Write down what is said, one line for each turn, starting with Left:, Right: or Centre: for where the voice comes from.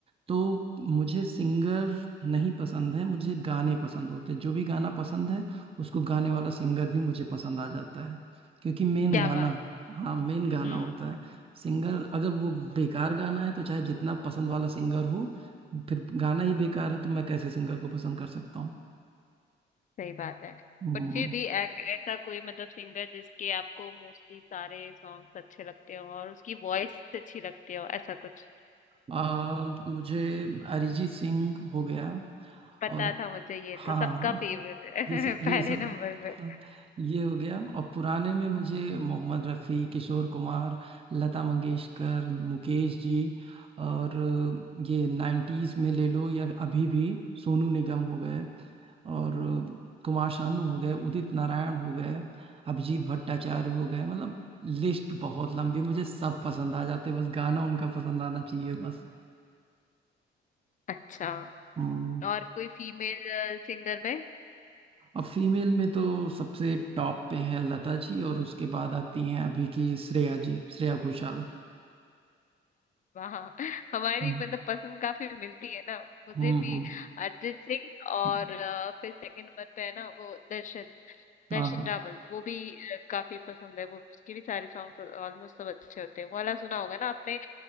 Right: तो मुझे सिंगर नहीं पसंद है मुझे गाने पसंद होते हैं। जो भी गाना पसंद है उसको गाने वाला सिंगर भी मुझे पसंद आ जाता है क्योंकि मेन
Left: क्या
Right: गाना
Left: बात है।
Right: हाँ मेन गाना
Left: हम्म
Right: होता है सिंगर अगर वो बेकार गाना है तो चाहे जितना पसंद वाला सिंगर हो फिर गाना ही बेकार है तो मैं कैसे सिंगर को पसंद कर सकता हूँ
Left: सही बात है
Right: हम्म,
Left: बट फिर भी एक ऐसा कोई मतलब सिंगर जिसके आपको मोस्टली सारे सॉन्ग्स अच्छे लगते हो और उसकी वॉइस अच्छी लगती हो ऐसा कुछ
Right: आ, मुझे अरिजीत सिंह हो गया
Left: पता
Right: और
Left: था मुझे ये
Right: हाँ
Left: तो सबका
Right: हाँ हाँ,
Left: फेवरेट है
Right: ये सब
Left: <laughs>
Right: ये
Left: पहले
Right: सब
Left: नंबर
Right: हाँ,
Left: पे
Right: ये हो गया और पुराने में मुझे मोहम्मद रफ़ी किशोर कुमार लता मंगेशकर मुकेश जी और ये नाइन्टीज़ में ले लो या अभी भी सोनू निगम हो गए और कुमार शानू हो गए उदित नारायण हो गए अभिजीत भट्टाचार्य हो गए मतलब लिस्ट बहुत लंबी मुझे सब पसंद आ जाते बस गाना उनका पसंद आना चाहिए बस
Left: अच्छा
Right: हम्म
Left: और कोई फीमेल सिंगर में
Right: अब फीमेल में तो सबसे टॉप पे हैं लता जी और उसके बाद आती हैं अभी की श्रेया जी श्रेया घोषाल
Left: वहाँ <laughs> हमारी
Right: हम्म,
Left: मतलब पसंद काफी मिलती है ना मुझे
Right: हम्म
Left: भी
Right: हम्म
Left: अरिजीत सिंह और
Right: हम्म,
Left: अ, फिर सेकंड नंबर पे है ना वो दर्शन दर्शन
Right: हाँ हाँ
Left: रावल वो भी अ, काफी पसंद है वो उसके भी सारे सॉन्ग ऑलमोस्ट सब अच्छे होते हैं वो वाला सुना होगा ना आपने